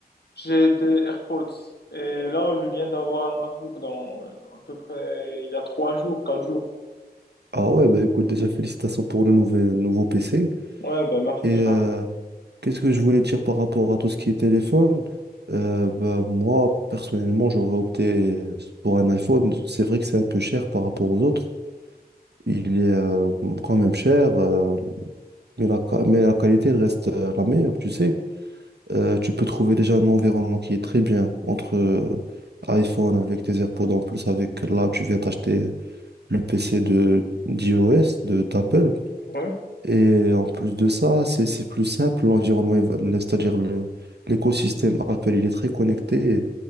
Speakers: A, on the left; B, on the right.
A: J'ai des AirPods et là, je viens d'avoir un MacBook dans euh, à peu près il y a trois jours, quatre jours.
B: Ah ouais, ben écoute, déjà, félicitations pour le nouvel, nouveau PC.
A: Ouais, bah merci
B: Et
A: frère.
B: euh, qu'est-ce que je voulais dire par rapport à tout ce qui est téléphone? Euh, ben, moi, personnellement, j'aurais opté pour un iPhone. C'est vrai que c'est un peu cher par rapport aux autres. Il est euh, quand même cher, euh, mais la, qua- mais la qualité elle reste euh, la meilleure, tu sais. Euh, tu peux trouver déjà un environnement qui est très bien entre euh, iPhone avec tes AirPods en plus, avec là, tu viens t'acheter le PC de d'iOS, de d'Apple.
A: Ouais,
B: Et en plus de ça, c'est c'est plus simple, l'environnement, il va- c'est-à-dire le, l'écosystème Apple, il est très connecté